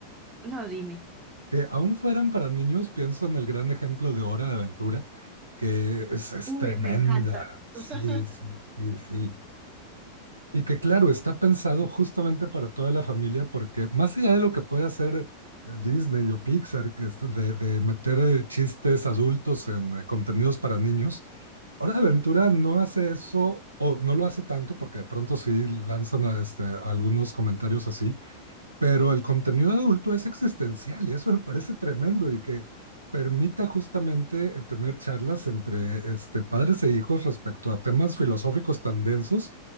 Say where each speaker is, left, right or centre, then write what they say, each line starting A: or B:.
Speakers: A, on the right; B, on the right.
A: no, dime,
B: que aún fueran para niños, pienso en el gran ejemplo de Hora de Aventura, que es, es
A: uy,
B: tremenda.
A: me encanta.
B: Sí,
A: <laughs>
B: sí, sí, sí. Y que claro, está pensado justamente para toda la familia, porque más allá de lo que puede hacer Disney o Pixar, que es de, de meter eh, chistes adultos en eh, contenidos para niños, Hora de Aventura no hace eso o no lo hace tanto, porque de pronto sí lanzan a, este, algunos comentarios así, pero el contenido adulto es existencial y eso me parece tremendo y que permita justamente eh, tener charlas entre este, padres e hijos respecto a temas filosóficos tan densos